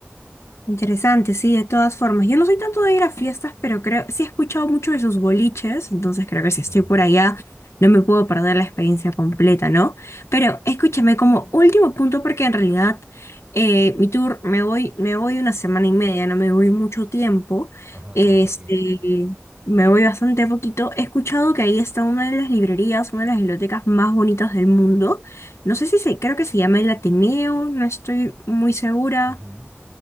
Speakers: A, on the left; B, on the right.
A: Interesante, sí, de todas formas. Yo no soy tanto de ir a fiestas, pero creo, sí he escuchado mucho de sus boliches, entonces creo que si estoy
B: Ujú.
A: por allá no me puedo perder la experiencia completa, ¿no? Pero escúchame como último punto, porque en realidad eh, mi tour me voy, me voy una semana y media, no me voy mucho tiempo,
B: Ajá,
A: este,
B: a poquito.
A: me voy bastante poquito. He escuchado que ahí está una de las librerías, una de las bibliotecas más bonitas del mundo. No sé si se, creo que se llama el Ateneo, no estoy muy segura.
B: Ujú.